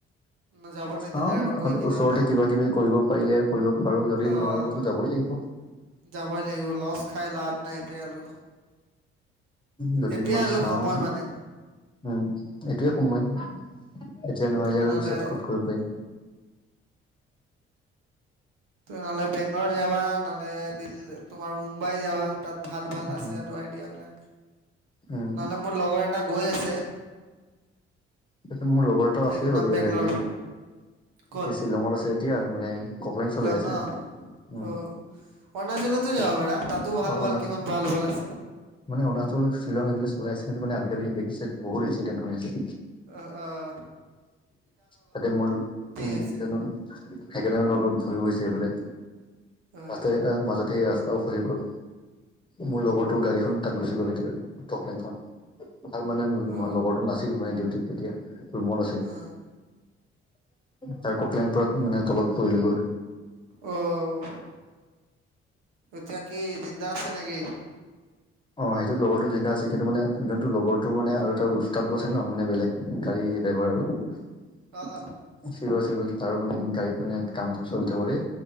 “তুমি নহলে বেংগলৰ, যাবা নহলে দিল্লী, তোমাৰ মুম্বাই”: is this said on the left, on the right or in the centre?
Right